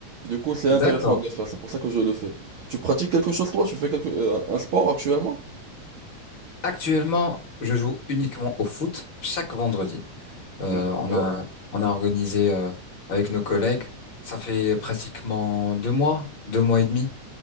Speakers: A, on the right; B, on the left.
A: Du coup c'est
B: d'accord.
A: intéressant de le faire, c'est pour ça que je le fais. Tu pratiques quelque chose toi? Tu fais quelque, euh, un sport actuellement?
B: Actuellement, je joue uniquement au foot chaque vendredi. Euh,
A: D'accord.
B: on a, on a organisé euh, avec nos collègues. Ça fait pratiquement deux mois, deux mois et demi.